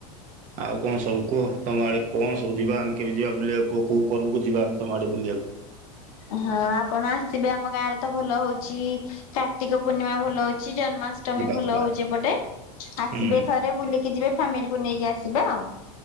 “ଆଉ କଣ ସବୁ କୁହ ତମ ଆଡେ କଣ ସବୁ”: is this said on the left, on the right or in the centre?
Right